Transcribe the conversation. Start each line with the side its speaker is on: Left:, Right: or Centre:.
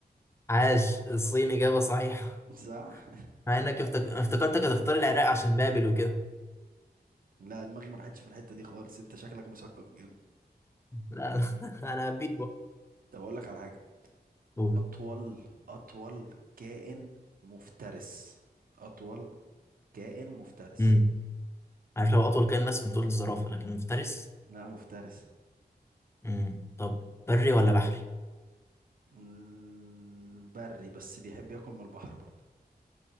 Left: عاش الصين إجابة صحيحة
Right: <laughs> صح
Left: مع إنك افتك... افتكرتك هتختار العراق عشان بابل وكده
Right: لا دماغي ما راحتش في الحتة دي خالص انت شكلك مثقف جامد
Left: لا لا، <laughs> أنا هبيت بقى
Right: طب اقول لك على حاجة
Left: قول.
Right: اطول اطول كائن مفترس اطول كائن مفترس
Left: امم عارف لو أطول كائن بس كنت قلت الزرافة لكن مفترس
Right: لا مفترس
Left: امم طب بري ولا بحري؟
Right: ال- بري بس بيحب ياكل من البحر برضه